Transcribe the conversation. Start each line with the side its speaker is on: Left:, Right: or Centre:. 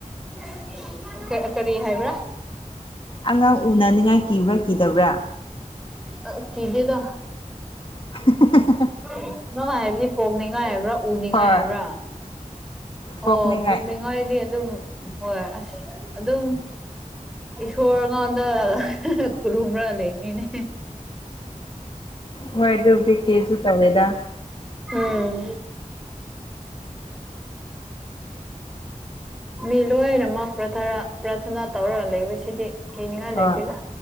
Centre: <unintelligible> ꯀꯔꯤ ꯍꯥꯏꯕ꯭ꯔꯥ
Left: ꯑꯉꯥꯡ ꯎꯅꯅꯤ ꯉꯥꯏ ꯀꯕ꯭ꯔꯥ ꯀꯗꯕ꯭ꯔꯥ
Centre: ꯑ ꯀꯤꯗꯦꯗ
Left: <unintelligible>
Centre: <unintelligible> ꯍꯥꯏꯕꯗꯤ ꯄꯣꯛꯅꯤꯉꯥꯏ ꯍꯥꯏꯕ꯭ꯔꯥ ꯎꯅꯤꯉꯥꯏ
Left: ꯍꯣꯏ
Centre: ꯍꯥꯏꯕ꯭ꯔꯥ
Left: ꯄꯣꯛꯅꯤꯡꯉꯥꯏ
Centre: ꯑꯣ ꯄꯨꯣꯛꯅꯤꯡꯉꯥꯏꯗꯤ ꯑꯗꯨꯝ ꯍꯣꯏ ꯑꯁ ꯑꯗꯨꯝ ꯏꯁꯣꯔꯉꯣꯟꯗ ꯈꯨꯔꯨꯝ ꯔ ꯂꯩꯕꯅꯤꯅꯦ
Left: ꯍꯣꯏ ꯑꯗꯨꯗꯤ ꯀꯦꯁꯨ ꯇꯧꯗꯦꯗ
Centre: ꯎꯝ ꯃꯤ ꯂꯣꯏꯅꯃꯛ ꯄ꯭ꯔꯊꯔ ꯄ꯭ꯔꯥꯊꯅꯥ ꯇꯧꯔꯒ ꯂꯩꯕꯁꯤꯗꯤ ꯀꯤꯅꯤꯡꯉꯥꯏ
Left: ꯍꯣꯏ
Centre: ꯂꯩꯇꯦꯗ